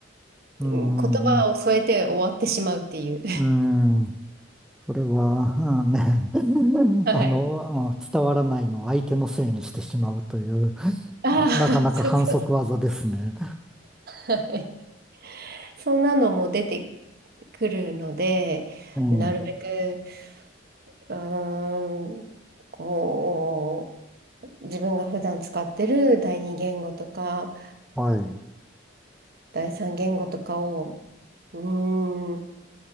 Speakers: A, in the centre; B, on the right (about 50°).
A: ん、
B: 言葉を添えて終わってしまうっていう。
A: うん、うん、それは、うん、ね、<laughs>
B: <laughs>
A: あの、
B: はい。
A: うん伝わらないのを相手のせいにしてしまうという。
B: ああ、
A: なかなか反則技ですね。
B: <laughs> そうそうそう。はい。そんなのも出てくるので、
A: うん。
B: なるべく、うーん、こう、自分が普段使ってる第二言語とか、
A: はい。
B: 第三言語とかを、うーん、